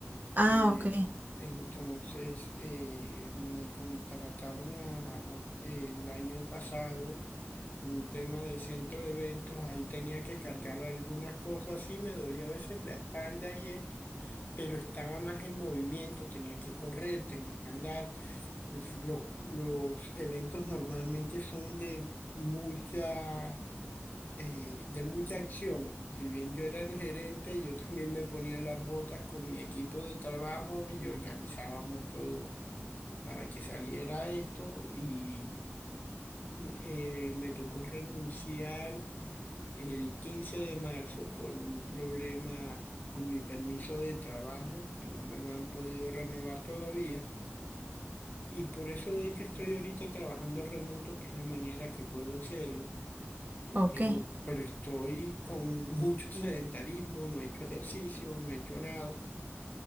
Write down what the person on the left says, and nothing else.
eh,
entonces eh, me contrataron a- el año pasado un tema de centro de eventos. Ahí tenía que cargar algunas cosas y me dolía a veces la espalda y esto. pero estaba más en movimiento, tenía que correr, tenía que andar. Es- Los, los eventos normalmente son de mucha eh, de mucha acción. Si bien yo era el gerente, yo también me ponía las botas con mi equipo de trabajo y organizábamos todo para que saliera esto y eh, me tocó renunciar el 15 de marzo por un problema con mi permiso de trabajo que no me lo han podido renovar todavía. Y por eso de que estoy ahorita trabajando remoto, que es la manera que puedo hacerlo eh,
Pero, pero estoy con mucho <laughs> sedentarismo, no he hecho ejercicio, no he hecho nada.